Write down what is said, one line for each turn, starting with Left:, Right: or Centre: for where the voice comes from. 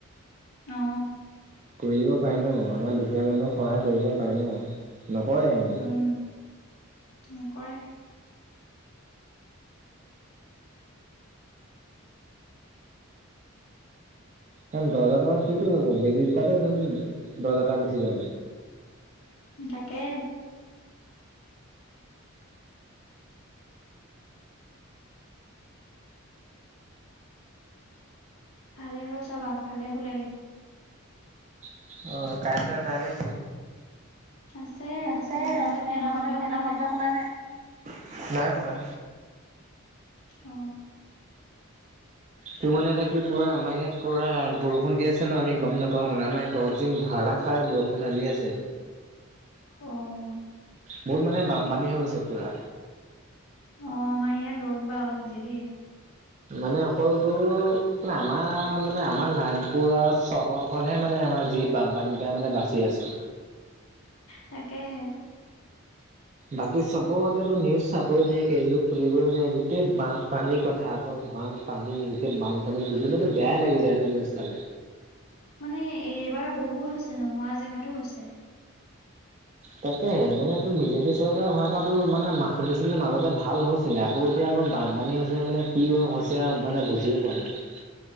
Left: অ।
Right: কৰিব দিব পাৰে ন, আমাৰ দুখীয়া মানুহক সহায় কৰিব পাৰে ন, নকৰে সিহঁতি।
Left: উম নকৰে।
Right: কাৰণ দহ হেজাৰ টকাত কিটো হ'ব, বেজি দুটাতে চোন দহজাৰ টকা গুচি যাব।
Left: তাকে। ভালে হ'ল চব আগফালে শুলেগে।
Right: অ কাৰেণ্ট চাৰেণ্ট নাই নেকি?
Left: আছে
Right: আছে,
Left: নহলে ফেনৰ
Right: নহ'লে
Left: শব্দ
Right: ফেনৰ
Left: শুনা নাই
Right: শব্দ শুনা নাই। নাই শুনা।
Left: অ।
Right: তোৰ মানে এতিয়া কি পুৰা আমাৰ ইয়াত পুৰা বৰষুণ দি আছে ন। আমি গম নাপাও মানে আমাৰ দচ দিন ধাৰা -ষাৰ বৰষুণ ঢালি আছে।
Left: অঁ।
Right: বহুত মানে বামপানী হৈ গৈছে পুৰা।
Left: অ আমা ইয়াত ৰ'দ বা উলাইছে দেই।
Right: মানে অকল তোৰ মানে আমাৰ মানে আমাৰ নাৰণপুৰ চহৰখনহে মানে আমাৰ যি বামপানীপাই মানে বাচি আছো।
Left: তাকেহে উ।
Right: বাকী চবতেতো নিউজ চাবই নোৱাই, ফেচবুক খুলিবই নোৱাৰি, গোটেই বামপানী কথা অকল বান পানী গোটেই বানপানীতে দুবিলওটো বেয়াই লাগি যায়। এইটো নিউজ চালে।
Left: মানে এইবাৰ বহুত হৈছে। নোহোৱা জেগাতো হৈছে।
Right: তাকেহে। মানে তোৰ বিজেপি চৰকাৰ হোৱাৰ পৰা তো মানে মা শুনিছিল মাজতে ভাল হৈ- -ছিলে আকৌ এতিয়া আকৌ বামপানী হৈছে মানে কি হৈছে আও, মানে বুজিয়ে পোৱা নাই।